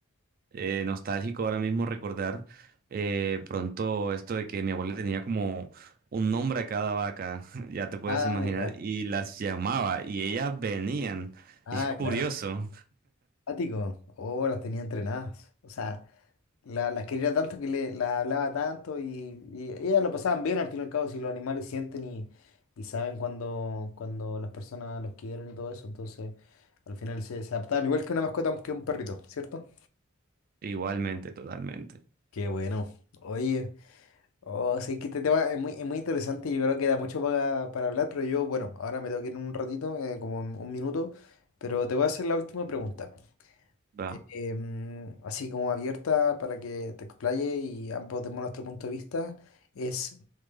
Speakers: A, on the right (about 40°); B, on the left (about 75°).
A: eh, nostálgico ahora mismo recordar eh, pronto esto de que mi abuela tenía como un nombre a cada vaca, <laughs> ya te puedes
B: Ah,
A: imaginar,
B: ya.
A: y las llamaba y ellas venían.
B: Ah,
A: Es curioso.
B: claro. Ático. Oh, las tenía entrenadas. O sea, La, las quería tanto que le, las hablaba tanto y, y ellas lo pasaban bien al fin y al cabo si los animales sienten y, y saben cuando, cuando las personas los quieren y todo eso, entonces al final se, se adaptaban igual que una mascota que un perrito, ¿cierto?
A: Igualmente, totalmente.
B: Qué bueno. Oye, oh, sí que este tema es muy, es muy interesante y yo creo que da mucho para, para hablar, pero yo, bueno, ahora me tengo que ir en un ratito, eh, como en un minuto, pero te voy a hacer la última pregunta.
A: Va.
B: eh, em, así como abierta para que te explaye y ambos demos nuestro punto de vista, es